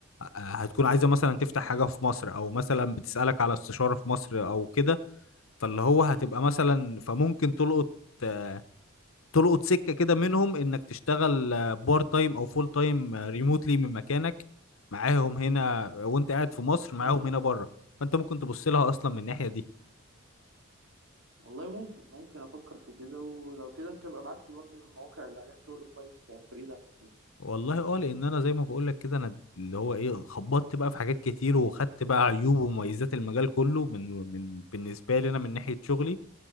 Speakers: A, on the left; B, on the right.
A: هتكون عايزه مثلا تفتح حاجه في مصر او مثلا بتسالك على استشاره في مصر او كده فاللي هو هتبقى
B: مم.
A: مثلا فممكن تلقط آه، تلقط سكه كده منهم انك تشتغل بارت تايم او فول تايم ريموتلي من مكانك معاهم هنا وانت قاعد في مصر معاهم
B: مم.
A: هنا بره فانت ممكن تبص لها اصلا من الناحيه دي
B: والله ممكن ممكن افكر في كده ولو كده انت ابقى ابعت لي برضه المواقع اللي عليها شغل كويس كفريلانس
A: والله اه لان انا زي ما بقول لك كده انا اللي هو ايه خبطت بقى في حاجات كتير وخدت بقى عيوب ومميزات المجال كله من من بالنسبه لي انا من ناحيه شغلي